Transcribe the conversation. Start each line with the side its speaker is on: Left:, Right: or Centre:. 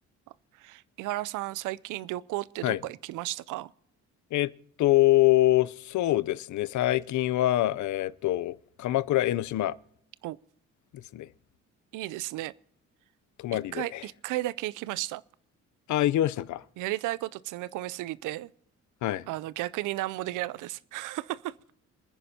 Right: あ井原さん、最近旅行ってどっか行きましたか
Left: はい。えっと、そうですね。最近は、えっと、鎌倉江ノ島
Right: お、
Left: ですね。
Right: いいですね。
Left: 泊まりで。
Right: 一回、一回だけ行きました。
Left: あ、行きましたか。
Right: やりたいこと詰め込みすぎて、
Left: はい。
Right: あの、逆に何もできなかったです。<laughs>